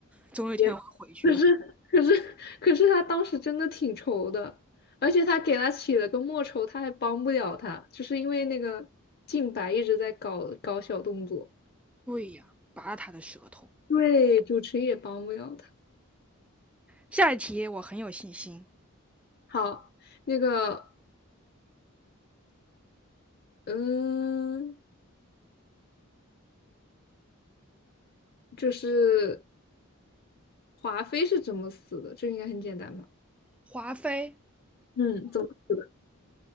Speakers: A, in the centre; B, on the left (about 50°).
A: 总有一天会回去的。
B: 也可是，可是，可是他当时真的挺愁的，而且他给他起了个莫愁，他还帮不了他，就是因为那个静白一直在搞搞小动作，
A: 对呀，拔他的舌头。
B: 对，主持也帮不了他。
A: 下一题我很有信心，
B: 好，那个，嗯，就是华妃是怎么死的？这应该很简单吧？
A: 华妃。
B: 嗯，怎么？死的？